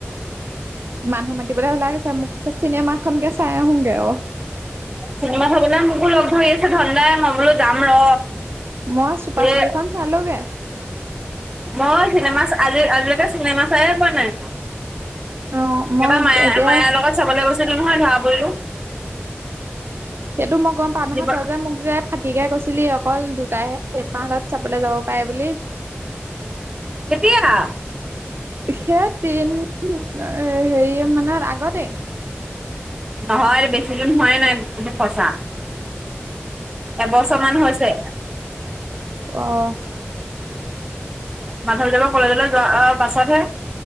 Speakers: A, on the right (about 60°); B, on the right (about 20°).
A: মানুহ মাতিবলৈ ওলাই আহিছে, মোক কৈছে চিনেমাখনকে চাই আহোঁগৈ অ'।
B: চিনেমা চাবলৈ মোকো লগ ধৰি আছে ধন দাই, মই বোলো যাম ৰ।
A: মই চুপা
B: এ
A: চুপি খন চালোগে।
B: মই চিনেমা আজি আজিলৈকে চিনেমা চাইয়ে পোৱা নাই।
A: অ মই
B: এইবাৰ মায়া
A: এতিয়া
B: মায়াৰ লগত চাবলৈ গৈছিলোঁ নহয় ধৰা পৰিলোঁ।
A: সেইটো মই গম পাওঁ নহয়,
B: জীৱ
A: তই যে মোক যে ফাঁকীকে কৈছিলি অকল দুটাইহে চিনেমা হ'লত চাবলৈ যাব পাৰে বুলি।
B: কেতিয়া?
A: সেই তিন হেৰি মানৰ আগতে
B: নহয় এইটো বেছি দিন হোৱাই নাই ফচা। এবছৰ মান হৈছে।
A: অ'
B: মানুহজনৰ কলেজলৈ যোৱা বাছতহে।